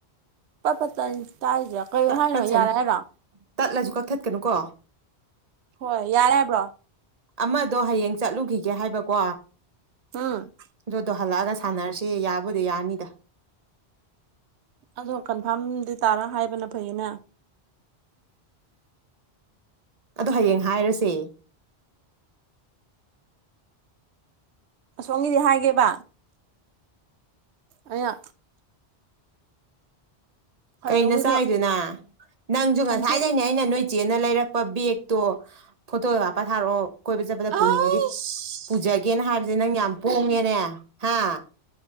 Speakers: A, on the right; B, on the right.
A: ꯄꯠ ꯄꯠ ꯇꯟ ꯇꯥꯔꯤꯁꯦ ꯀꯩ
B: ꯇꯠ
A: ꯍꯥꯏꯅꯣ
B: ꯇꯠꯁꯅꯨ
A: ꯌꯥꯔꯦ ꯍꯥꯏꯔꯣ
B: ꯇꯠꯂꯁꯨ ꯀꯛꯊꯠꯀꯅꯨꯀꯣ
A: ꯍꯣꯏ ꯌꯥꯔꯦ ꯍꯥꯏꯕ꯭ꯔꯣ
B: ꯑꯃꯗꯣ ꯍꯌꯦꯡ ꯆꯠꯂꯨꯈꯤꯒꯦ ꯍꯥꯏꯕꯀꯣ
A: ꯎꯝ
B: ꯑꯗꯨꯗꯣ ꯍꯜꯂꯛꯑꯒ ꯁꯥꯟꯅꯔꯁꯤ ꯌꯥꯕꯨꯗꯤ ꯌꯥꯅꯤꯗ
A: ꯑꯗꯣ ꯀꯟꯐꯥꯔꯝꯗꯤ ꯇꯥꯔ ꯍꯥꯏꯕꯅ ꯐꯩꯌꯦꯅ
B: <inaudible> ꯑꯗꯨ ꯍꯌꯦꯡ ꯍꯥꯏꯔꯁꯦ
A: ꯑꯁꯣꯝꯒꯤꯗꯤ ꯍꯥꯏꯒꯦꯕ ꯑꯩꯅ ꯀꯩꯅꯣꯒꯤꯗꯣ
B: ꯀꯩꯅꯣ ꯆꯥꯏꯗꯨꯅ ꯅꯪꯁꯨ ꯉꯁꯥꯏꯗꯩꯅꯦ
A: ꯊꯝꯆꯦꯠꯅꯤ
B: ꯑꯩꯅ ꯅꯣꯏ ꯆꯦꯅ ꯂꯩꯔꯛꯄ ꯕꯦꯒꯇꯣ ꯐꯣꯇꯣ ꯀꯞꯄ ꯊꯥꯔꯛꯑꯣ ꯀꯣꯏꯕ ꯆꯠꯄꯗ
A: ꯑꯁ
B: ꯄꯨꯅꯤꯡꯉꯗꯤ ꯄꯨꯖꯒꯦꯅ ꯍꯥꯏꯕꯁꯦ ꯅꯪ ꯌꯥꯝ ꯄꯣꯡꯉꯦꯅꯦ ꯍꯥ